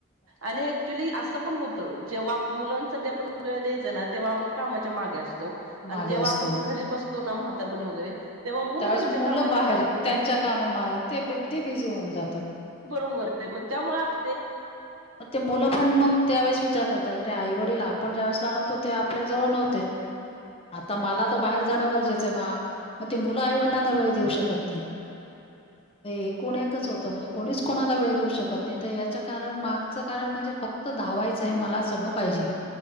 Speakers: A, on the right; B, on the left.
A: आणि ऍक्च्युली असं पण होत जेव्हा मुलां आप वेळ द्यायच ना तेव्हा आपण कामाच्या मागे असतो आणि
B: मागे
A: जेव्हा
B: असतो.
A: आपण घरी बसतो ना पणे वगैरे तेव्हा मुलं
B: त्यावेळेस
A: त्यांच्या कामाच्या
B: बाहेर
A: मागे
B: त्यांच्या कामे माग ते बि- ते बिझी होऊन जातात.
A: बरोबर मग त्यामुळे आप
B: ते मुलं पण मग त्यावेळेस विचार करतात अे आई वडील आपण ज्यावेळेस लहानवतो ते आपल्या जवळ नव्हते आता मला तर बाहेर जाणं गरजेचं आहे मग ते मुलं आईवडिलांना वेळ देऊ शकत नाही एकूण एकच होतं म्हणजे कोणीच कोणाला वेळ देऊ शकत नाही तर याच्या कारण मागचं कारण म्हणजे फक्त धावायचंय मला सगळं पाहिजे